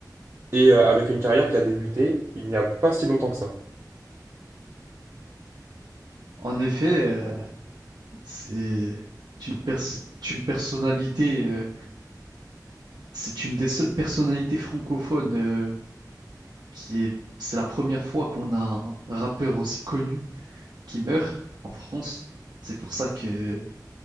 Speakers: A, on the right; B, on the right.
A: Et euh, avec une carrière qui a débuté il n'y a pas si longtemps que ça.
B: En effet, euh, c'est une, pers- c'est une personnalité, euh, c'est une des seules personnalités francophones euh, qui est, c'est la première fois qu'on a un rappeur aussi connu qui meurt en France. C'est pour ça que